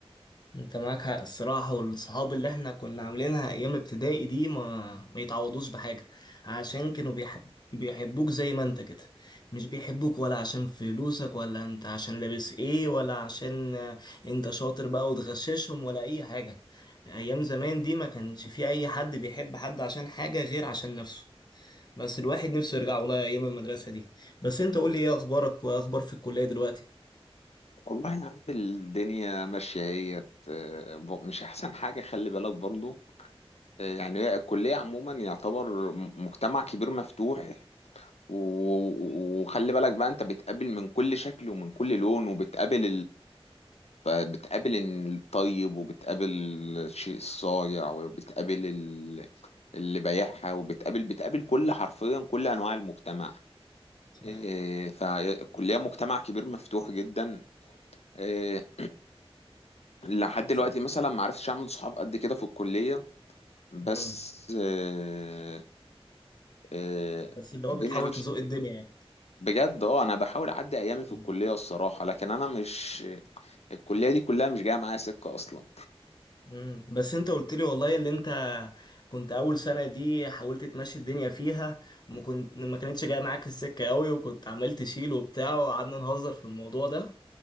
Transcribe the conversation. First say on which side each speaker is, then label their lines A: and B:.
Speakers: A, on the left (about 45°); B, on the left (about 90°).
A: انت معاك حق الصراحة والصحاب اللي احنا كنا عاملينها ايام ابتدائي دي ما ما يتعوضوش بحاجة عشان كانوا بيحب... بيحبوك زي ما انت كده مش بيحبوك ولا عشان فلوسك ولا انت عشان لابس ايه ولا عشان آه، انت شاطر بقى وتغششهم ولا اي حاجة ايام زمان دي ما كانش في اي حد بيحب حد عشان حاجة غير عشان نفسه بس الواحد نفسه يرجع والله ايام المدرسة دي بس انت قول لي ايه اخبارك واخبار في الكلية دلوقتي
B: والله يا عم الدنيا ماشية هي آه، ب- مش احسن حاجة خلي بالك برضو آه، يعني هي الكلية عموما يعتبر م- مجتمع كبير مفتوح و- و- وخلي بالك بقى انت بتقابل من كل شكل ومن كل لون وبتقابل فبتقابل الطيب وبتقابل الشيء الصايع وبتقابل ال- اللي بايعها وبتقابل بتقابل كل حرفيا كل انواع المجتمع
A: صح
B: إيه، فالكليه مجتمع كبير مفتوح جدا إيه، لحد دلوقتي
A: صح
B: مثلا ما عرفتش اعمل صحاب قد كده في الكليه بس
A: امم
B: إيه، إيه،
A: بس اللي هو
B: الدنيا
A: بتحاول
B: ماشيه
A: تزوق الدنيا يعني
B: بجد اه انا بحاول اعدي ايامي في
A: مم.
B: الكليه الصراحه لكن انا مش الكليه دي كلها مش جايه معايا سكه اصلا
A: مم. بس انت قلت لي والله اللي انت كنت اول سنه دي حاولت تمشي الدنيا فيها وما كنت ما كانتش جايه معاك السكه قوي وكنت عمال تشيل وبتاع وقعدنا نهزر في الموضوع ده